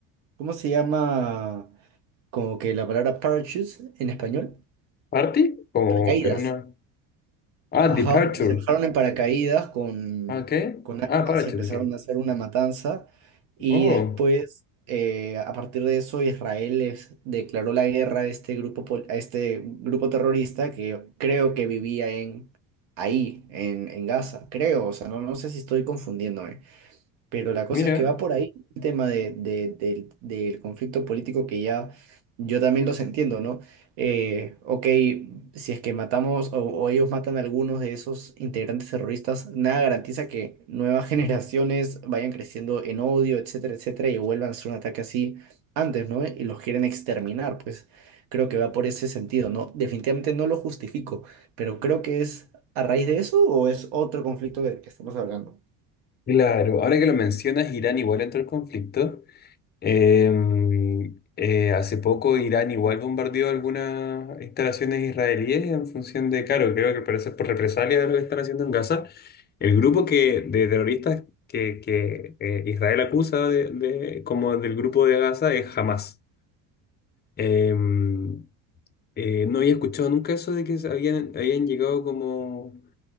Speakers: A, on the right; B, on the left.
A: ¿cómo se llama? Como que la palabra parachutes en español,
B: ¿Party? Como
A: paracaídas.
B: en una. Ah,
A: Ajá,
B: Departure.
A: se bajaron en paracaídas con,
B: Ah, ¿qué?
A: con armas
B: Ah, Parachute,
A: y empezaron
B: ¿qué?
A: a hacer una matanza. Y
B: Oh,
A: después, eh, a partir de eso, Israel les declaró la guerra a este grupo, pol- a este grupo terrorista que creo que vivía en, ahí, en, en Gaza. Creo, o sea, no, no sé si estoy confundiéndome. Pero la cosa
B: mira.
A: es que va por ahí el tema de- de- del, del conflicto político que ya yo también los entiendo, ¿no? Eh, ok, si es que matamos o, o ellos matan a algunos de esos integrantes terroristas, nada garantiza que nuevas <laughs> generaciones vayan creciendo en odio, etcétera, etcétera, y vuelvan a hacer un ataque así antes, ¿no? Y los quieren exterminar, pues creo que va por ese sentido, ¿no? Definitivamente no lo justifico, pero creo que es a raíz de eso o es otro conflicto del que estamos hablando.
B: Claro, ahora que lo mencionas, Irán igual entró al conflicto. Em, eh, hace poco Irán igual bombardeó algunas instalaciones israelíes en función de, claro, creo que parece por represalia de lo que están haciendo en Gaza. El grupo que, de terroristas que, que, eh, Israel acusa de, de- como del grupo de Gaza es Hamas. Em, eh, no había escuchado nunca eso de que habían, habían llegado como